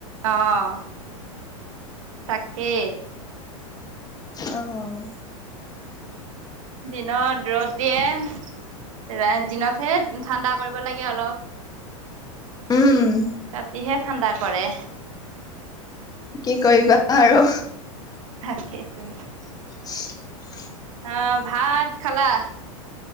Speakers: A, on the right (about 70°); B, on the left (about 20°).
A: অহ'। তাকে।
B: অ'।
A: দিনত ৰ'দ দিয়ে, ৰায় দিনতহে ঠাণ্ডা কৰিব লাগে অলপ।
B: উম।
A: ৰাতিহে ঠাণ্ডা কৰে।
B: কি কৰিবা, আৰু।
A: থাকেটো।
B: <unintelligible>
A: অ' ভাত খালা।